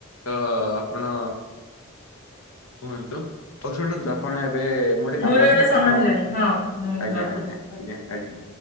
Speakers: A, on the left; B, on the left.
A: ତ ଆପଣ କୁହନ୍ତୁ ଆଉ ଶୁଣନ୍ତୁ ଆପଣ ଏବେ ମୁଁ ଗିକେ
B: ମୋର
A: କାମ ଅଛି
B: ଏବେ
A: ତ
B: ସମୟ
A: ଆପଣ
B: ହେଲାଣି ହଁ ମୁଁ
A: ଆଜ୍ଞା
B: ରଖୁଛି।
A: ଆା ଆଞ ଆଞା